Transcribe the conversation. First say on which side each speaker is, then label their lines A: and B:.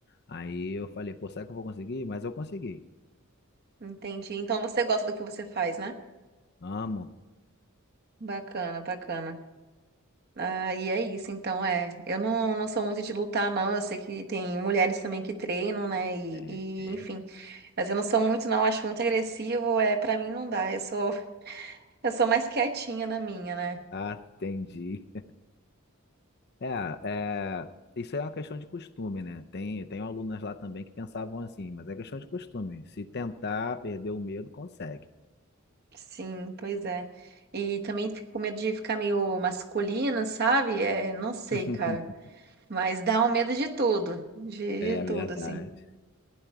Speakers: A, on the left; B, on the right.
A: Aí eu falei, pô, será que eu vou conseguir? Mas eu consegui.
B: Entendi. Então você gosta do que você faz, né?
A: Amo.
B: Bacana, bacana. Ah, e é isso, então é. Eu não, não sou muito de lutar, não. Eu sei que tem mulheres também que treinam, né? E,
A: Tem.
B: e enfim. Mas eu não sou muito, não. Eu Acho muito agressivo. É, para mim não dá. Eu sou, eu sou mais quietinha na minha, né?
A: Atendi. É, é, isso é uma questão de costume, né? Tem, tem alunas lá também que pensavam assim, mas é questão de costume. Se tentar perder o medo, consegue.
B: Sim, pois é. E também fico com medo de ficar meio masculina, sabe? É, não sei,
A: <laughs>
B: cara. Mas dá um medo de tudo, de,
A: É
B: de tudo,
A: verdade.
B: assim.